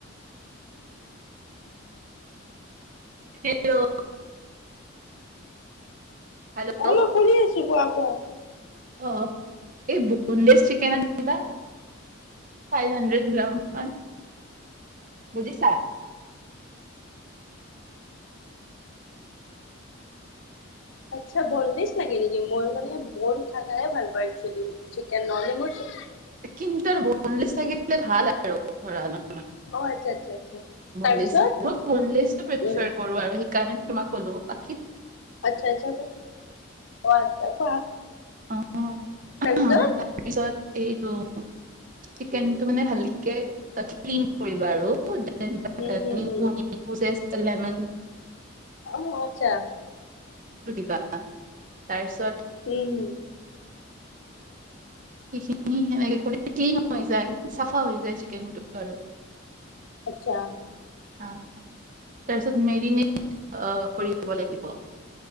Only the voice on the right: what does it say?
হেল্ল হেল্ল'
অ এই বন্দেজ চিকেন আনিবা ফাইভ হাণ্ড্ৰেড গ্ৰাম হয় বুজিছা
কিন্তু বনলেছ থাকিলে ভাল আৰু ধৰা অলপ
বন
বনো আৰু
সেইকাৰণে তোমাক কলো আ
অ
তাৰপিছত এইটো চিকেনটো মানে ভালকে কে নাথিঙ কৰিবা আৰু <unintelligible>
লেমন
দিবা তাৰপিছত
সিখিনি সেনেকে কৰি ক্লিন হৈ যায় চাফা হৈ যায় চিকেনটো আৰু
তাৰপিছত মেৰিনেট কৰি দিব লাগিব